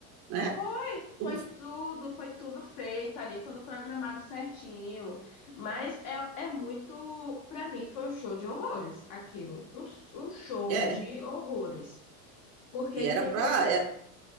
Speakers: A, on the right; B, on the left.
A: né?
B: Foi, foi
A: Tudo.
B: tudo, foi tudo feito ali, tudo programado certinho. Mas é, é muito, pra mim, foi um show de horrores aquilo. Um, um show
A: É.
B: de horrores. Porque
A: E
B: não
A: era
B: tem
A: para.
B: con...
A: É,